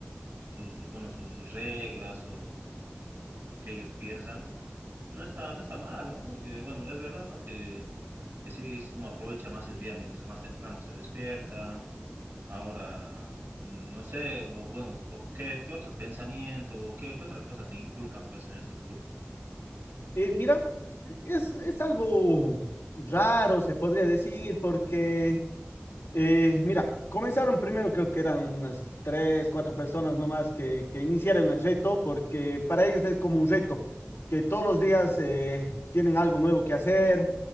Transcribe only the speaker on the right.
sus, bueno, sus, sus reglas o, o lo que ellos piensan no está, no está mal, ¿no? Porque, bueno, es verdad, ¿no? Que, que sí uno aprovecha más el día mientras más temprano se despierta. Ahora, no sé, o bueno, o qué, qué otro pensamiento, o qué, qué otra cosa te inculcan pues en estos grupos.